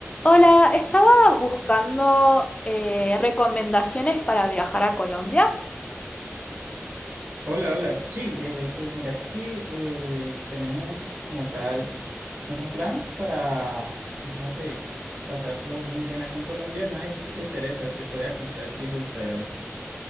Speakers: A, on the left; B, on the right.
A: Hola, estaba buscando eh, recomendaciones para viajar a Colombia.
B: Hola, hola. Sí, eh, pues mira que eh, tenemos como tal un plan para, no sé, pasarlo muy bien acá en Colombia. No sé si te interesa, te podría contar si gustas.